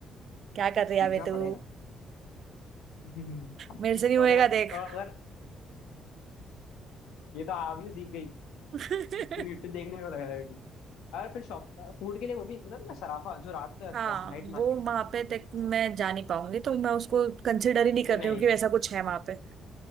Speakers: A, on the right (about 60°); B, on the left (about 85°).
A: क्या कर रही
B: सीखना
A: है बे तू
B: पड़ेगा <laughs>
A: मेरे से नहीं होएगा
B: और और
A: देख
B: अगर ये तो आप ही सीख गई
A: <laughs>
B: तू यूट्यूब देखने में लगा रहेगी और फिर शॉप फूड के लिए वो भी सुना ना सराफा जो रात में लगता
A: हाँ
B: है नाइट मार्केट
A: वो वहां पे तक मैं जा नहीं पाऊंगी तो मैं उसको कंसिडर ही नहीं कर
B: नहीं
A: रही हूँ कि ऐसा कुछ है वहां पे